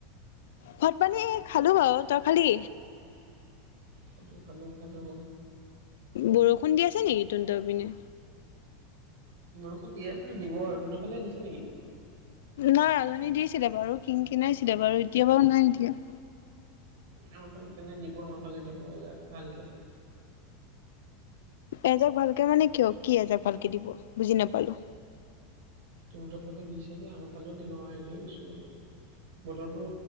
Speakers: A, on the left; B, on the right.
A: ভাত - পানী খালো বাও, তই খালি?
B: খালো খালো খালো।
A: বৰষুণ দি আছে নেকি তোনটৰ পিনে?
B: বৰষুণ ইয়াত নে দিব আৰু, তহঁতৰ ফালে দিছে নেকি?
A: নাই অথনি দিছিলে বাৰু কিন কিনাইছিলে বাৰু, এতিয়া বাৰু নাই দিয়া?
B: আমাৰ ফালে তেনে দিব আমাৰ ফালে দিব এইজাক ভালকে।
A: এজাক ভালকে মানে কিয় কি এজাক ভালকে দিব বুজি নাপালো?
B: তহঁতৰ ফালে দিছে যে আমাৰ ফালে দিব আৰু সেইটোৱে কৈছোঁ আৰু। বতৰটো